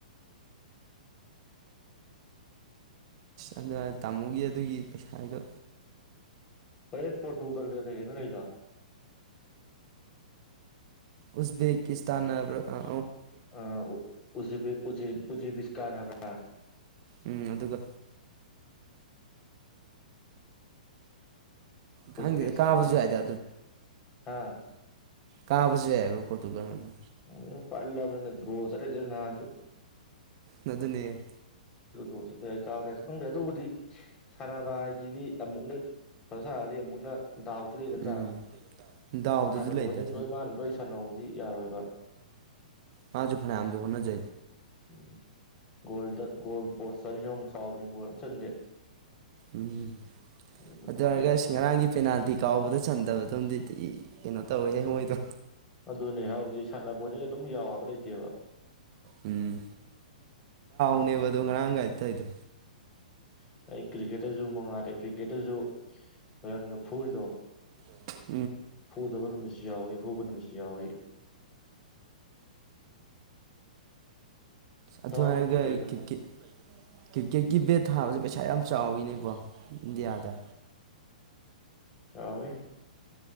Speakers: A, on the right; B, on the left.
A: ꯑꯗꯨ ꯇꯥꯃꯣꯒꯤ ꯑꯗꯨꯒꯤ ꯄꯩꯁꯥ ꯍꯥꯏꯗꯣ
B: ꯍꯣꯔꯦꯟ ꯄꯣꯔꯇꯨꯒꯜꯒ ꯀꯩꯒꯅꯣ ꯂꯩꯗꯣ
A: ꯎꯖꯕꯀꯤꯁꯇꯥꯟ ꯍꯥꯏꯕ꯭ꯔ ꯑ
B: ꯑ ꯎꯖꯦꯕ ꯎꯖꯦꯕꯤ ꯎꯖꯦꯕꯤꯁꯇꯥꯟ ꯍꯥꯏꯕ꯭ꯔ ꯑ
A: ꯎꯝ ꯑꯗꯨꯒ ꯈꯪꯗꯦꯗ
B: ꯎꯁꯕꯦꯀꯤꯁꯇꯥꯅ
A: ꯀꯥꯕꯁꯨ ꯌꯥꯏꯗ
B: ꯍꯥꯥ
A: ꯀꯥꯕꯖꯨ ꯌꯥꯏꯕ ꯄꯣꯔꯇꯨꯒꯟꯅ
B: <unintelligible>
A: ꯅꯗꯨꯅꯦ
B: ꯗ꯭ꯔꯣ ꯆꯠꯄ ꯌꯥꯏ ꯀꯥꯕ ꯌꯥꯏ ꯈꯪꯗꯦ ꯑꯗꯨꯕꯨꯗꯤ ꯁꯥꯟꯅꯕ ꯍꯥꯏꯁꯤꯗꯤ ꯑꯃꯨꯛꯅ ꯁꯐꯖꯅꯥ ꯁꯟꯅꯅꯤ ꯑꯃꯨꯛꯅ ꯗꯥꯎꯁꯨ ꯂꯩ ꯅꯠꯇ꯭ꯔꯥ
A: ꯎꯝ ꯗꯎꯗꯁꯨ
B: ꯁꯥꯟꯅꯕ
A: ꯂꯩꯗ
B: ꯈꯨꯗꯤꯡ ꯂꯣꯏ ꯃꯥꯅ ꯂꯣꯏ ꯁꯥꯟꯅꯧꯗꯤ ꯌꯥꯔꯣꯏꯕ
A: ꯎꯝꯁꯨ ꯐꯅ ꯑꯝꯗ ꯍꯣꯅꯖ
B: ꯎꯝ ꯒꯣꯜꯗ ꯒꯣꯜ ꯄꯣꯁ ꯆꯅꯤ ꯆꯍꯨꯝ ꯀꯥꯎꯕꯅꯤ ꯒꯣꯜ ꯑꯝ ꯆꯟꯗꯦ
A: ꯎꯝ
B: ꯑꯗꯨꯕꯨꯗꯤ
A: ꯑꯗꯨ ꯑꯣꯏꯔꯒ
B: ꯌꯥꯗꯦ
A: ꯉꯔꯥꯡꯒꯤ ꯄꯦꯅꯥꯜꯇꯤ ꯀꯥꯎꯕꯗ ꯆꯟꯗꯕꯗꯝꯗꯤ ꯗꯤ ꯀꯩꯅꯣ ꯇꯧꯋꯦ ꯃꯣꯏꯗꯣ
B: ꯑꯗꯨꯅꯦ ꯍꯧꯖꯤꯛ ꯁꯥꯟꯅꯕ ꯈꯣꯠꯁꯤ ꯑꯗꯨꯝ ꯌꯥꯎ ꯍꯥꯏꯕ ꯂꯩꯇꯦꯕ
A: ꯎꯝ ꯎꯅꯤꯕ ꯉꯥꯡꯒꯥꯏ ꯊꯗ
B: ꯎꯝ ꯑꯩ ꯀ꯭ꯔꯤꯛꯀꯦꯠꯇꯁꯨ ꯃꯉꯥꯜꯗ ꯀ꯭ꯔꯤꯛꯀꯦꯠꯇꯁꯨ ꯔꯟꯒ ꯐꯨꯔꯤꯗꯣ
A: <inaudible>
B: ꯐꯨꯗꯕ ꯅꯨꯃꯤꯠ ꯌꯥꯎꯋꯦ ꯐꯨꯕꯥ ꯅꯨꯃꯤꯠꯁꯨ ꯌꯥꯎꯋꯦ
A: ꯑꯗꯨ
B: ꯗꯥꯎꯗꯁꯨ
A: ꯍꯥꯏꯒ
B: ꯂꯩꯗ
A: ꯑꯩ ꯀꯤꯠ-ꯀꯤꯠ ꯀꯤꯠ ꯀꯦꯠꯀꯤ ꯕꯦꯠ ꯊꯥꯕꯖꯦ ꯄꯩꯁꯥ ꯌꯥꯝ ꯆꯥꯎꯋꯤꯅꯦꯀꯣ ꯗꯤꯌꯥꯗ
B: ꯆꯥꯎꯋꯦ